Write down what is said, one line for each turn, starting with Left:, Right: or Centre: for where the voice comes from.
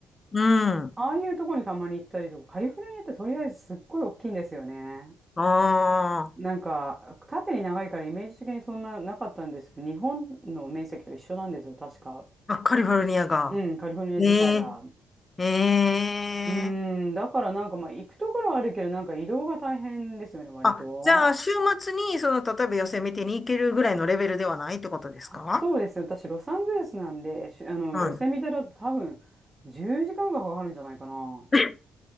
Left: うん。
Right: ああいうとこにたまに行ったりとか、カリフォルニアってとりあえずすっごい大きいんですよね。
Left: あ
Right: なんか、縦に長いからイメージ的にそんななかったんですけど、日本の面積と一緒なんですよ、確か。
Left: あ、あ、カリフォルニアが。
Right: うん、カリフォルニア自体が。
Left: ええ、ええ。
Right: うーん、だからなんかまあ行くところはあるけど、なんか移動が大変ですよね、割と。
Left: あ、じゃあ、週末に、その、例えばヨセ見てに行けるぐらいのレベルではないってことですか
Right: あそうですね、私ロサンゼルスなんで、しあの、
Left: うん、
Right: ヨセミテだと多分10時間がかかるんじゃないかな。
Left: <laughs>